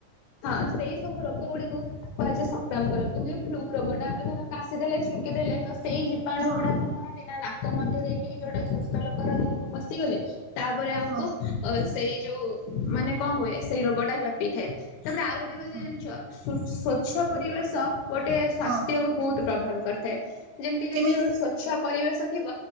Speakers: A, on the left; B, on the right.
A: ହଁ ସେଇ ସବୁ ରୋଗ ଗୁଡ଼ିକୁ କୁହାଯାଏ ସଂକ୍ରାମକ ରୋଗ ଫ୍ଲୁ ରୋଗ ଟା ଆମେ ଧର କାଶି ଦେଲେ ଛିଙ୍କିଦେଲେ ତ ସେଇ ଜୀବାଣୁ
B: ହଁ
A: ଗୁଡା କଣ କରନ୍ତି ନା ଲୋକ ମଧ୍ୟ ଦେଇକି ଗୋଟେ ସୁସ୍ଥ ଲୋକର ପଶିଗଲେ। ତାପରେ ଆମକୁ
B: ହଁ
A: ଅ ସେଇ ଯୋଉ ମାନେ କଣ ହୁଏ ସେଇ ରୋଗ ଟା ବ୍ୟାପି ଥାଏ। ତାପରେ ଆଉ ଗୋଟେ କଥା
B: ହଁ
A: ଜାଣିଛ ସ୍ଵଛ
B: କଣ
A: ପରିବେଶ
B: ତ
A: ଗୋଟେ ସ୍ବାସ୍ଥ୍ୟକୁ
B: ହଁ
A: ବହୁତ ପ୍ରଭାବ କରେ କରିଥାଏ ଯେମିତି
B: କେମିତି
A: ଯଦି ସ୍ୱଚ୍ଛ ପରିବେଶ ଥିବ